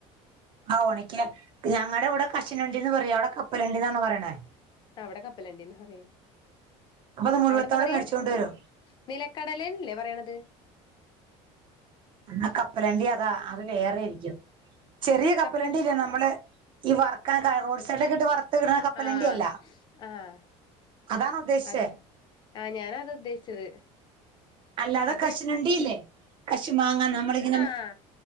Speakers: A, on the right; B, on the left.
A: ആഹ് ഒണക്ക് ഞങ്ങടിവിടെ കശൂനണ്ടീന്ന് പറയാ അവിടെ കപ്പലണ്ടീന്നാണൊ പറയണേ
B: അവിടെ കപ്പലണ്ടീന്ന് പറയാ
A: അപ്പൊ അത് മുഴുവത്തോടെ
B: അവിടെ എന്താ പറയാ
A: മേടിച്ചോണ്ട് വരും
B: നിലക്കടലേന്നല്ലേ പറയണത്
A: എന്നാ കപ്പലണ്ടി അതാ അത് വേറേരിക്കും ചെറിയ കപ്പലണ്ടി
B: കപ്പൽ
A: ഇല്ലേ നമ്മള് ഈ വറക്കാൻ കയ് റോഡ് സൈഡിലൊക്കെ ഇട്ട് വറ ത്ത്ക്കണ കപ്പലണ്ടി
B: ആഹ്
A: അല്ല
B: ആഹ്
A: അതാണാ ഉദ്ദേശിച്ചേ
B: അതെ ആഹ് ഞാനത ഉദ്ദേശിച്ചത്
A: അല്ലാതെ
B: അത്
A: കശുനണ്ടീല്ലേ കശുമാങ്ങാ നമ്മളിങ്ങനെ
B: ആഹ്